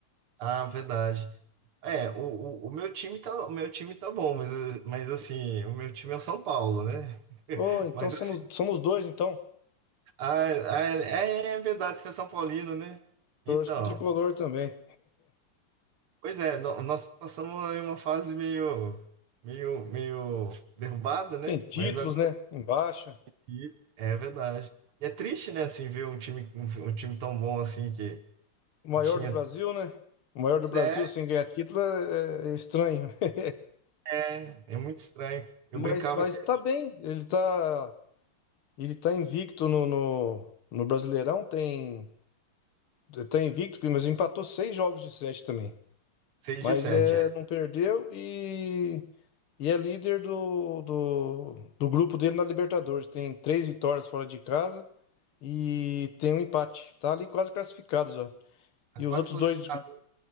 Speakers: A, on the right; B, on the left.
A: Ah, verdade. É, o, o, o meu time tá, o meu time tá bom, mas, eh, mas assim, o meu time é o São Paulo, né? <laughs>
B: Oh, então
A: Mas
B: somos,
A: assim,
B: somos dois, então.
A: ah, ah, é, é verdade, você é São Paulino, né? Então,
B: Torço pro tricolor também.
A: pois é, nó- nós passamos aí uma fase meio, meio, meio derrubada, né?
B: Tem títulos,
A: Mas agora
B: né? Embaixo.
A: sim, é verdade. E é triste, né, assim, ver um time, um, um time tão bom assim que,
B: O maior
A: que tinha.
B: do Brasil, né? O maior
A: Pois
B: do Brasil
A: é,
B: sem ganhar título é, é é estranho. <laughs>
A: é, é muito estranho. Eu
B: Mas,
A: brincava
B: mas
A: até
B: tá bem. Ele tá, ele tá invicto no, no, no Brasileirão. Tem, tá invicto, mas empatou seis jogos de sete também.
A: 6
B: Mas
A: de 7,
B: é,
A: é.
B: não perdeu e, e é líder do, do, do grupo dele na Libertadores. Tem três vitórias fora de casa e tem um empate. Tá ali quase classificado já.
A: Tá
B: E
A: Quase
B: os outros
A: classificado.
B: dois.